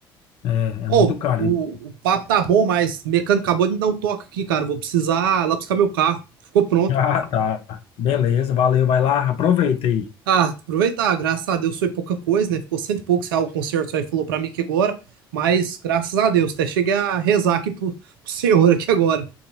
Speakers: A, on the left; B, on the right.
A: é, é
B: Ô,
A: muito caro.
B: o,
A: <laughs>
B: o papo tá bom, mas o mecânico acabou de me dar um toque aqui, cara. Vou precisar lá buscar meu carro. Ficou pronto.
A: Ah, tá. Beleza, valeu, vai lá, aproveita aí.
B: Ah, aproveitar, graças a Deus foi pouca coisa, né? Ficou cento e pouco, se o concerto só aí falou pra mim que agora, mas graças a Deus, até cheguei a rezar aqui pro, pro <laughs> senhor aqui agora.